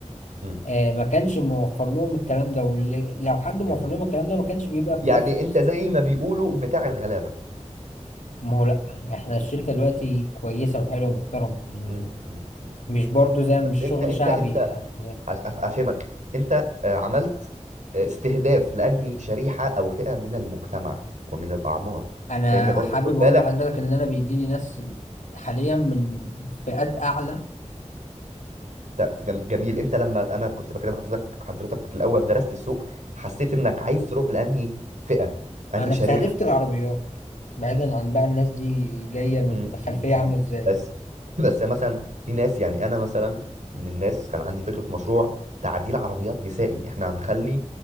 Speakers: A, on the right; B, on the left.
A: مم.
B: آه، ما كانش موفر لهم الكلام ده ولو حد موفر
A: جميل
B: لهم الكلام ده ما كانش بيبقى بنفس
A: يعني انت زي ما بيقولوا بتاع الغلابه
B: ما هو لا احنا الشركه دلوقتي كويسه وحلوه ومحترمه يعني
A: مم. مم. مم.
B: مش برضو زي مش
A: بس انت
B: شغل
A: انت
B: شعبي
A: انت
B: يعني
A: أف- افهمك انت آه، عملت آه، استهداف لانهي شريحه او فئه من المجتمع ومن الاعمار
B: انا
A: لان برضه
B: حابب
A: خد
B: اقول
A: بالك
B: لحضرتك ان انا بيجي لي ناس حاليا من فئات اعلى
A: ت- جم- جميل انت لما انا كنت بكلم حضرتك حضرتك في الاول درست السوق حسيت انك عايز تروح لانهي فئه انهي
B: انا
A: شريحه
B: استهدفت العربيات بعيدا عن بقى الناس دي جايه من
A: م-
B: خلفيه
A: م- م.
B: عامله ازاي
A: بس <laughs> بس مثلا في ناس يعني انا مثلا من الناس كان عندي فكره مشروع تعديل عربيات نسائي احنا هنخلي